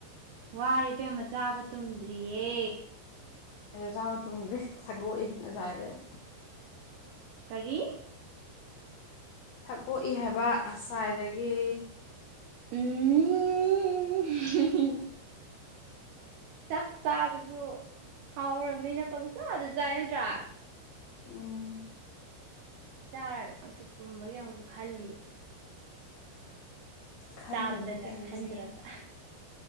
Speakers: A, on the right; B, on the left.
A: ꯋꯥꯔꯤꯕꯦꯝꯃ ꯆꯥꯕ ꯇꯨꯝꯗ꯭ꯔꯤꯌꯦ
B: ꯑꯩ ꯑꯆꯥꯥꯕ ꯇꯣꯡꯗ꯭ꯔꯦ ꯊꯥꯗꯣꯛꯏ ꯑꯖꯥꯗ ꯑꯩ
A: ꯀꯔꯤ
B: ꯊꯥꯀꯣꯛꯏ ꯍꯥꯏꯕ ꯑꯁ ꯁꯥꯏꯗꯒꯤ
A: ꯎꯝ ꯆꯥꯛ ꯆꯥꯕꯁꯨ ꯍꯥꯎꯔꯕꯅꯤꯅ ꯄꯪꯆꯥꯥꯗ ꯆꯥꯏ ꯅꯠꯇ꯭ꯔꯥ
B: ꯎꯝ
A: ꯆꯥꯔꯒ ꯑꯃꯨꯛꯁꯨ ꯇꯨꯝꯕꯒꯤ ꯑꯃꯨꯛꯁꯨ ꯈꯜꯂꯤ
B: ꯈꯟꯗ꯭ꯔꯗꯤ
A: ꯇꯕꯗꯅ
B: ꯀꯩꯅꯣꯅꯦ
A: ꯈꯟꯗ꯭ꯔꯒ